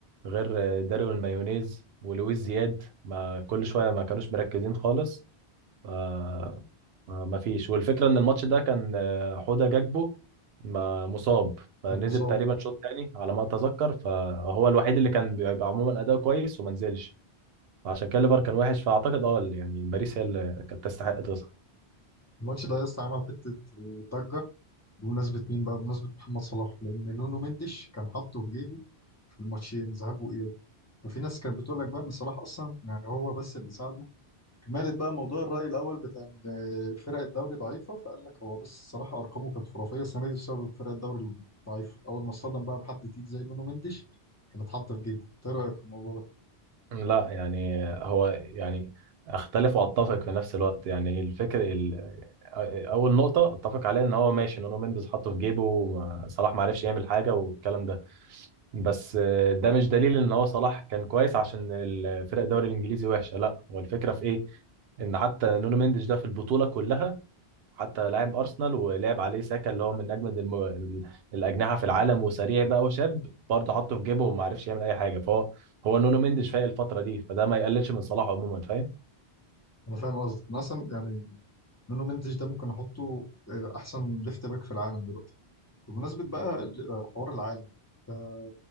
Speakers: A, on the right; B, on the left.
A: غير آه، دارون مايونيز ولويس زياد ما كل شويه ما كانوش مركزين خالص آه آه ما فيش والفكرة ان الماتش ده كان آه، حوده جاكبو ما- مصاب
B: كان
A: فنزل
B: مصاب
A: تقريبا شوط تاني على ما اتذكر فهو الوحيد اللي كان بيبقى عموما اداؤه كويس وما نزلش فعشان كده ليفر كان وحش فاعتقد اه يعني باريس هي اللي كانت تستحق تصعد
B: الماتش ده لسه عمل حتة ضجة بمناسبة مين بقى؟ بمناسبة محمد صلاح لأن نونو مندش كان حاطه في جيبه في الماتشين ذهاب وإياب ففي ناس كانت بتقول لك بقى إن صلاح أصلا يعني هو بس اللي ساعده كمالة بقى موضوع الرأي الأول بتاع إن فرق الدوري ضعيفة فقال لك هو بس صلاح أرقامه كانت خرافية السنة دي بسبب فرق الدوري الضعيفة أول ما اصطدم بقى بحد تقيل زي نونو مندش كانت حاطة في جيبه إنت إيه رأيك في الموضوع ده؟
A: لا يعني هو يعني اختلف واتفق في نفس الوقت يعني الفكر ال... اول نقطة اتفق عليها ان هو ماشي نونو مينديز حطه في جيبه وما- صلاح ما عرفش يعمل حاجة والكلام ده بس آه، ده مش دليل ان هو صلاح كان كويس عشان الفرق الدوري الانجليزي وحشه لا هو الفكره في ايه ان حتى نونو مينديش ده في البطوله كلها حتى لاعب ارسنال ولعب عليه ساكا اللي هو من اجمد الم... ال- الاجنحه في العالم وسريع بقى وشاب برضه حطه في جيبه وما عرفش يعمل اي حاجه فهو هو نونو مينديش فايق الفتره دي فده ما يقللش من صلاح عموما فاهم
B: أنا فاهم قصدك أنا أصلا يعني نونو مندش ده ممكن أحطه آه، أحسن ليفت باك في العالم دلوقتي بمناسبة بقى ال- حوار العالم ده انت-